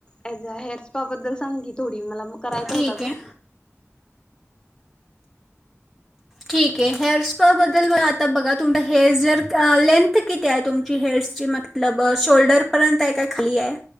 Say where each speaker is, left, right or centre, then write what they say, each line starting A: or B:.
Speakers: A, on the left; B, in the centre.
A: हेअर स्पा बद्दल सांग कि थोडी मला म करायचा
B: ठीक
A: होता गं
B: आहे ठीक आहे हेअर स्पा बद्दल आता बघा तुम हेअर जर लेंथ किती आहे तुमची हेअरस् की मतलब शोल्डर पर्यंत आहे काय खाली आहे?